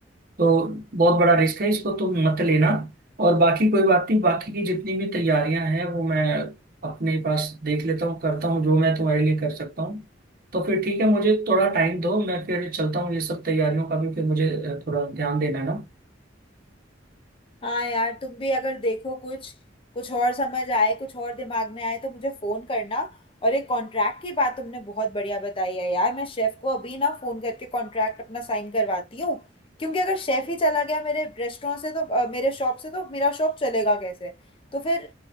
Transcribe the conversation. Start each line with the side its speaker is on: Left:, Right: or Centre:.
Right: तो बहुत बड़ा रिस्क है इसको तो मत लेना और बाकी कोई बात नहीं बाकी की जितनी भी तैयारियां हैं वो मैं अपने पास देख लेता हूँ करता हूँ जो मैं तुम्हारे लिए कर सकता हूँ तो फिर ठीक है मुझे थोड़ा टाइम दो मैं फिर चलता हूँ ये सब तैयारियों का भी फिर मुझे अ, थोड़ा ध्यान देना है ना
Left: हाँ यार तुम भी अगर देखो कुछ कुछ और समझ आए कुछ और दिमाग में आए तो मुझे फोन करना और ये कॉन्ट्रैक्ट की बात तुमने बहुत बढ़िया बताई है यार मैं शेफ को अभी ना फोन करके कॉन्ट्रैक्ट अपना साइन करवाती हूँ क्योंकि अगर शेफ ही चला गया मेरे रेस्टोरेंट से तो अ, मेरे शॉप से तो मेरा शॉप चलेगा कैसे तो फिर